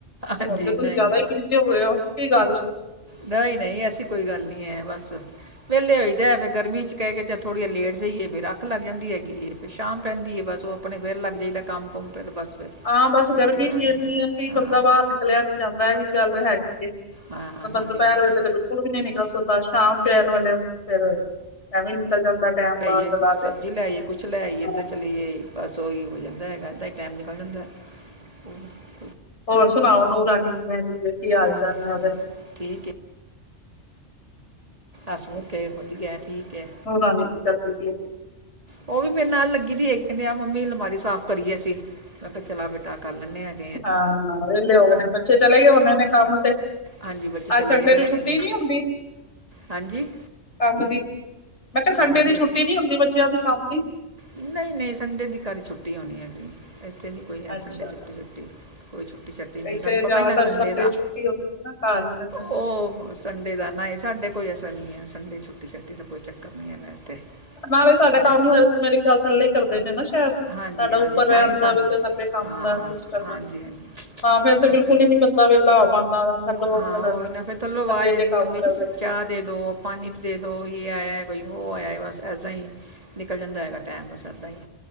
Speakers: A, on the left; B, on the right.
A: ਤੇ
B: ਹਾਂਜੀ
A: ਹੁਣ, ਤੇ ਤੁਸੀਂ
B: ਨਹੀਂ
A: ਜਿਆਦਾ
B: ਨਹੀਂ
A: ਹੀ ਬਿਜੀੀ ਹੋ ਗਏ ਹੋ, ਕੀ ਗੱਲ?
B: ਨਹੀਂ, ਨਹੀਂ ਐਸੀ ਕੋਈ ਗੱਲ ਨਹੀਂ ਹੈ, ਬਸ। ਵੇਹਲੇ ਹੋਈਦਾ, ਫਿਰ ਗਰਮੀ 'ਚ ਕਹਿ ਕੇ ਚ ਥੋੜ੍ਹੀ ਜਿ ਲੇਟ ਜਈਏ, ਫਿਰ ਅੱਖ ਲੱਗ ਜਾਂਦੀ ਹੈਗੀ ਹੈ। ਤੇ ਸ਼ਾਮ ਪੈਂਦੀ ਹੈ, ਬਸ ਉਹ ਆਪਣੇ ਫਿਰ ਲੱਗ ਜਾਈਦਾ ਕੰਮ- ਕੁੁੰਮ। ਫਿਰ ਬਸ, ਫਿਰ
A: ਹਾਂ, ਬਸ
B: ਰੋਟੀ
A: ਗਰਮੀ
B: ਪਾਣੀ
A: ਵੀ ਇੰਨੀ
B: ਨੂੰ
A: ਆ ਕਿ
B: ਹਾਂ
A: ਬੰਦਾ ਬਾਹਰ ਨਿਕਲਿਆ ਨੀ ਜਾਂਦਾ। ਇਹ ਵੀ ਗੱਲ ਹੈਗੀ।
B: ਹਾਂ
A: ਮਤਲਬ
B: ਹਾਂਜੀ
A: ਦੁਪਹਿਰ
B: ਹਾਂਜੀ
A: ਵੇਲੇ
B: ਲੈ
A: ਤੇ ਬਿਲਕੁਲ ਵੀ ਨੀ ਨਿਕਲ ਸਕਦੇ। ਸ਼ਾਮ ਪੈਣ ਵੇਲੇ ਫੇਰ ਏਵੈ ਵੀ ਨਿਕਲ ਜਾਂਦਾ। ਟੈਮ
B: ਲੈਏ
A: ਬਾਹਰ ਦਾ ਦਾ ਤੇ
B: ਸਬਜ਼ੀ ਲੈ ਆਈਏ, ਕੁੱਛ ਲੈ ਆਈਏ,
A: ਹਾਂ
B: ਤੇ ਚਲੇ ਜਾਈਏ। ਬਸ, ਉਹੀ ਹੋ ਜਾਂਦਾ ਹੈ। ਤਾਂ ਟਾਈਮ ਨਿਕਲ ਜਾਂਦਾ। ਉਹ
A: ਹੋਰ ਸੁਣਾਓ, ਨੂੰਹ ਰਾਣੀ ਕਿਵੇਂ ਜੀ ਏ ਕੀ ਹਾਲ
B: ਨੂਰ
A: ਚਾਲ ਨੇ ਉਹਦੇ?
B: ਠੀਕ ਹੈ। ਹਸ- ਮੁੁਖ ਹੈ, ਵਧੀਆ ਠੀਕ ਏ।
A: ਹੋ ਰਾਨੀ ਕੀ ਕਰਦੀ ਪਈ ਏ?
B: ਉਹ ਵੀ ਮੇਰੇ ਨਾਲ ਲੱਗੀ ਦੀ ਕਹਿੰਦੇ ਆ, ਮੰਮੀ, ਅਲਮਾਰੀ ਸਾਫ਼ ਕਰੀਏ ਅਸੀਂ। ਮੈਂ ਕਿਹਾ ਚਲ ਆ ਬੇਟਾ, ਕਰ ਲੈਂਦੇ ਆਾਂ।
A: ਹਾਂ, ਵਿਹਲੇ ਹੋ ਗਏ ਨੇ, ਬੱਚੇ ਚਲੇ ਗਏ ਹੋਣੇ ਨੇ ਕੰਮ ਤੇ?
B: ਹਾਂਜੀ ਬੱਚੇ
A: ਅੱਜ,
B: ਚਲੇ
A: ਸੰਡੇ
B: ਗਏ ਦੇ
A: ਨੂੰ
B: ਹੈਗੇ
A: ਛੁੱਟੀ
B: ਨੇ
A: ਨਹੀਂ ਹੁੰਦੀ?
B: ਹਾਂਜੀ
A: ਕੰਮ ਦੀ ਮੈਂ ਕਿਹਾ, ਸੰਡੇ
B: ਹਾਂਜੀ
A: ਦੀ ਛੁੱਟੀ
B: ਹਾਂਜੀ
A: ਨੀ ਹੁੰਦੀ ਬੱਚਿਆਂ ਦੀ ਕੰਮ ਦੀ?
B: ਨਹੀਂ, ਨਹੀਂ ਸੰਡੇ ਦੀ ਕਦੇ ਛੁੱਟੀ ਹੋਣੀ ਹੈਗੀ ਇੱਥੇ ਨਹੀਂ
A: ਅੱਛਾ
B: ਸੰਡੇ ਛੁੱਟੀ ਛੱਟੀ, ਕੋਈ ਛੁੱਟੀ ਛੱਟੀ ਨਹੀਂ,
A: ਕਈ
B: ਸਾਨੂੰ
A: ਤੇ ਜ਼ਿਆਦਾਤਰ
B: ਪਤਾ ਹੀ ਨਹੀਂ ਗਾ ਸੰਡੇ ਦਾ
A: ਛੁੱਟੀ ਹੁੰਦੀ ਹੈ ਨਾ ਘਰ ਹੀ ਰਹਿੰਦੇ
B: ਉਹ! ਸੰਡੇ ਦਾ ਨਾ ਹੀ ਸਾਡੇ ਕੋਈ ਐਸਾ ਨਹੀਂ ਹੈ, ਸੰਡੇ ਛੁੱਟੀ ਛੱਟੀ ਦਾ ਕੋਈ ਚੱਕਰ ਨਹੀਂ ਹੈਗਾ ਇੱਥੇ।
A: ਨਾ, ਵੀ ਸਾਡਾ
B: ਹਾਂਜੀ
A: ਕੰਮ ਨਹੀ ਹੋਇਆ ਮੇਰੀ ਖਿਆਲ ਥੱਲੇ ਕਰਦੇ ਨੇ ਨਾ, ਸ਼ਾਇਦ ਤੁਹਾਡਾ
B: ਹਾਂਜੀ ਹਾਂਜੀ
A: ਉੱਪਰ
B: ਤਾਂ
A: ਰਹਿਣ
B: ਹੀ
A: ਦਾ
B: ਸਾਨੂੰ
A: ਵੀ, ਤੇ ਥੱਲੇ ਕੰਮ
B: ਹਾਂ
A: ਦਾ ਸਿਸਟਮ
B: ਹਾਂਜੀ
A: ਹੈ।
B: ਹਾਂਜੀ
A: ਹਾਂ, ਫੇਰ ਤੇ
B: ਸਹੀ
A: ਬਿਲਕੁਲ
B: ਗੱਲ
A: ਹੀ ਨੀ ਬੰਦਾ, ਵੇਹਲਾ ਹੋ ਪਾਉਂਦਾ। ਥੱਲੋਂ
B: ਹਾਂ,
A: ਫਿਰ
B: ਉਹ ਵੀ ਨਾ ਫੇਰ ਥੱਲੋਂ
A: ਥੱਲੇ
B: ਆਵਾਜ਼ ਜਾਂਦੀ।
A: ਜੇ ਕੰਮ
B: ਮੰਮੀ
A: ਕਰਦੇ ਨੇ
B: ਚਾਹ ਦੇ ਦੋ, ਪਾਣੀ ਦੇ ਦੋ ਇਹ ਆਇਆ, ਕੋਈ ਉਹ ਆਇਆ ਹੈ, ਬਸ ਏਦਾਂ ਹੀ ਨਿਕਲ ਜਾਂਦਾ ਹੈਗਾ ਟਾਈਮ ਬਸ ਏਦਾਂ ਹੀ,